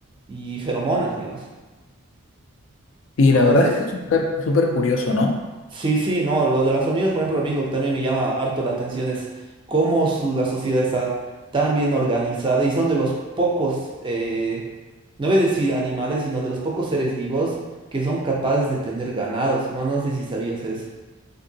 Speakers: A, on the right; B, on the left.
A: Y feromonas, digamos.
B: Y
A: No,
B: la verdad
A: no sé. si-
B: es que es súper súper curioso, ¿no?
A: Sí, sí, no. Lo de las hormigas, por ejemplo, a mí lo que también me llama harto la atención es cómo su- la sociedad está tan bien organizada y son de los pocos, eh, no voy a decir animales, sino de los pocos seres vivos que son capaces de tener ganados. No, no sé si sabías eso.